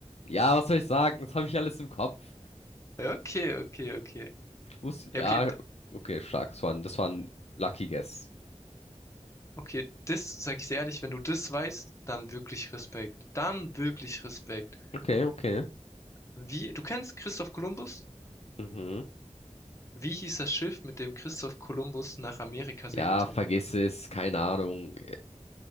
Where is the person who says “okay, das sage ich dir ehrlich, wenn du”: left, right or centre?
Left